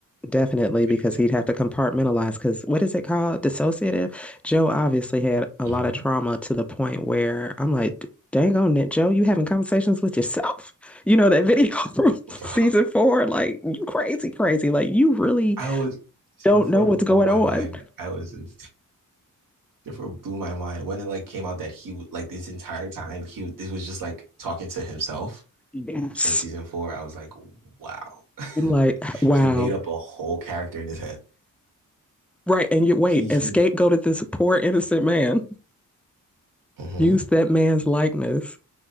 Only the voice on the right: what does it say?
What
do you think?
hmm
Bro,
I was
therefore
blew
my
mind. I was in, therefore blew my mind when it like came out that he would like this entire time he w- this was just like talking to himself
in season four. I was like, wow,
<laughs>
he made up a whole character in his head.
He he.
Mm-hmm.
<laughs>